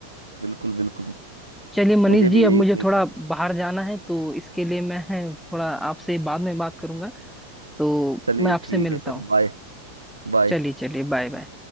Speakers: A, on the right; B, in the centre.
A: बिल्कुल बिल्कुल
B: चलिए मनीष
A: मुझे
B: जी
A: भी
B: अब
A: यही
B: मुझे
A: उम्मीद
B: थोड़ा
A: है
B: बाहर जाना है तो इसके लिए मैं थोड़ा आपसे बाद में बात करूंगा तो
A: चलिए
B: मैं आपसे
A: ठीक
B: मिलता
A: है सर
B: हूँ
A: बाय बाय
B: चलिए चलिए बाय बाय